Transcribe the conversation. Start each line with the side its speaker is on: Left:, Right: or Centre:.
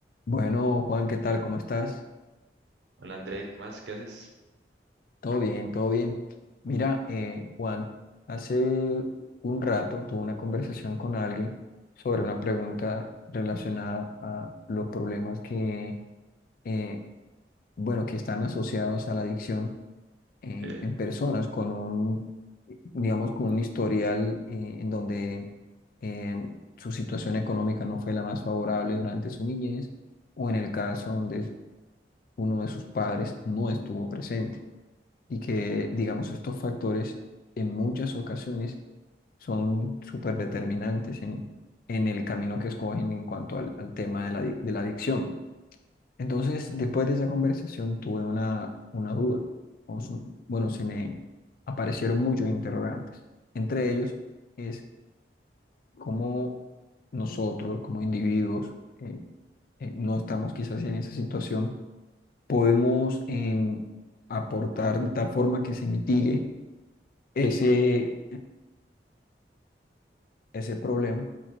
Left: Bueno, Juan, ¿qué tal? ¿Cómo estás?
Right: Hola André, ¿qué más? ¿Qué haces?
Left: Todo bien, todo bien. Mira, eh, Juan, hace un rato tuve una conversación con alguien sobre una pregunta relacionada a los problemas que, eh, bueno, que están asociados a la adicción eh,
Right: Ok.
Left: en personas con un, digamos, con un historial eh, en donde eh, su situación económica no fue la más favorable durante su niñez o en el caso donde uno de sus padres no estuvo presente. y que, digamos, estos factores en muchas ocasiones son súper determinantes en, en el camino que escogen en cuanto al, al tema de la, adic- de la adicción. Entonces, después de esa conversación tuve una, una duda. O su- Bueno,
Right: Ujú.
Left: se me aparecieron muchos interrogantes. Entre ellos es cómo nosotros, como individuos, eh, eh, no estamos quizás en esa situación, podemos em, aportar de tal forma que se mitigue ese, ese problema